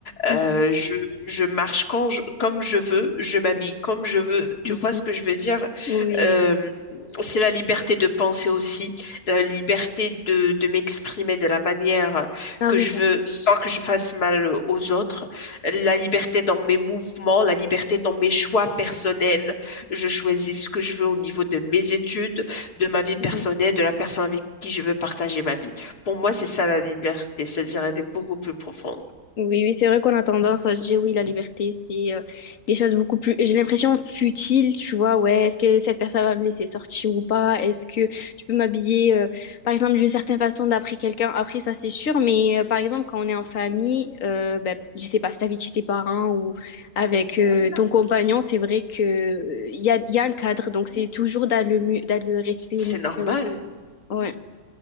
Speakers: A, on the left; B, on the left.
A: Euh,
B: Mhm.
A: je, je marche quand je- comme je veux, je m'habille comme je veux. Tu
B: Mhm.
A: vois ce que je veux dire?
B: Oui, oui,
A: Euh,
B: oui.
A: c'est la liberté de penser aussi la liberté de, de m'exprimer de la manière
B: Ah
A: que
B: oui,
A: je
B: ça.
A: veux sans que je fasse mal aux autres, la liberté dans mes mouvements, la liberté dans mes choix personnels. Je choisis ce que je veux au niveau de mes études, de ma vie personnelle,
B: Mhm.
A: de la personne avec qui je veux partager ma vie. Pour moi, c'est ça la liberté, c'est-à-dire elle est beaucoup plus profonde.
B: Oui, oui, c'est vrai qu'on a tendance à se dire oui, la liberté, c'est euh, des choses beaucoup plus. J'ai l'impression futile, tu vois. Ouais, est-ce que cette personne va me laisser sortir ou pas? Est-ce que je peux m'habiller, euh, par exemple, d'une certaine façon d'après quelqu'un? Après, ça, c'est sûr. Mais euh, par exemple, quand on est en famille, euh, ben, je sais pas, si t'habites chez tes parents ou avec euh, ton compagnon, c'est vrai que euh, il y a, il y a un cadre. Donc, c'est toujours dans le, mu- dans le respect
A: C'est
B: mutuel.
A: normal.
B: Ouais.